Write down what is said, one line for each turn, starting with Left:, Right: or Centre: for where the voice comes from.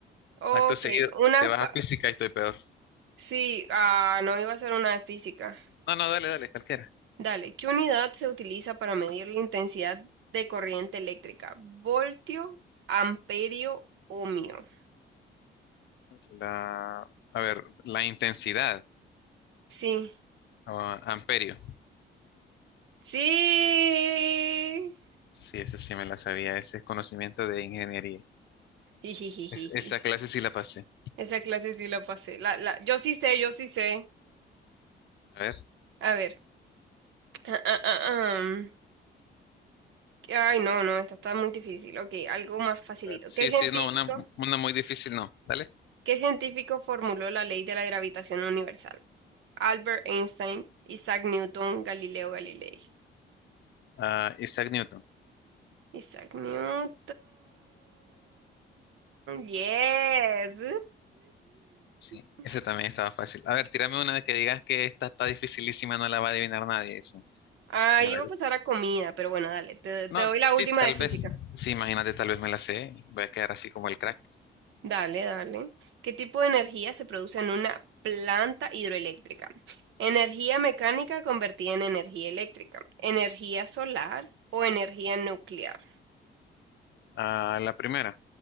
Right: Ok,
Left: Acto seguido,
Right: una
Left: te
Right: fa...
Left: vas a física y estoy peor.
Right: Sí, ah, no iba a ser una de física.
Left: No, no, dale, dale, cualquiera.
Right: Dale, ¿qué unidad se utiliza para medir la intensidad de corriente eléctrica? ¿Voltio, amperio, ohmio?
Left: La, a ver, la intensidad
Right: Sí.
Left: o amperio.
Right: Sí.
Left: Sí, ese sí me la sabía, ese es conocimiento de ingeniería.
Right: Jijijijiji.
Left: Es- esa clase sí la pasé.
Right: Esa clase sí la pasé. La, la... Yo sí sé, yo sí sé.
Left: A ver,
Right: A ver. Ah, ah, ah, ah. Ay, no, no, esta está muy difícil. Ok, algo más facilito.
Left: sí,
Right: ¿Qué científico?
Left: sí, no, una, una muy difícil no, ¿vale?
Right: ¿Qué científico formuló la ley de la gravitación universal? Albert Einstein, Isaac Newton, Galileo Galilei.
Left: Ah, Isaac Newton,
Right: Isaac Newton. Yes.
Left: sí,
Right: <laughs>
Left: ese también estaba fácil. A ver, tírame una que digas que esta está dificilísima, no la va a adivinar nadie, sí.
Right: Ah,
Left: A
Right: iba
Left: ver,
Right: a pasar a comida, pero bueno, dale. Te,
Left: no,
Right: te doy la
Left: sí,
Right: última
Left: tal
Right: de física.
Left: vez, sí, imagínate, tal vez me la sé, voy a quedar así como el crack.
Right: Dale, dale. ¿Qué tipo de energía se produce en una planta hidroeléctrica? Energía mecánica convertida en energía eléctrica, energía solar o energía nuclear.
Left: Ah, la primera,